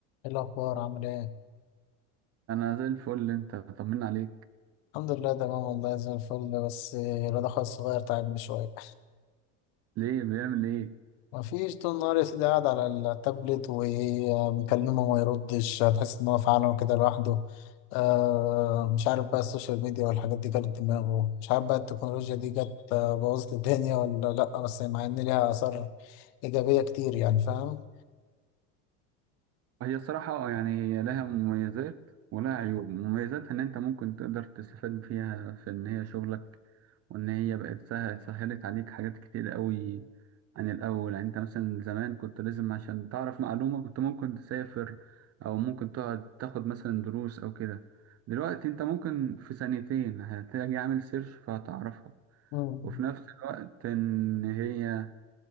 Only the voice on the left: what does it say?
ايه الاخبار عامل ايه
الحمد لله تمام والله زي الفل بس الواد اخويا الصغير تعبني شويه
مفيش طول النهار يا سيدي قاعد على التابلت وبنكلمه وما يردش هتحس ان هو في عالم كده لوحده آه مش عارف بقى السوشيال ميديا والحاجات دي جت دماغه مش عارف بقى التكنولوجيا دي جت آه، بوظت الدنيا ولا لا بس مع ان ليها اثار ايجابيه كتير يعني فاهم
مم.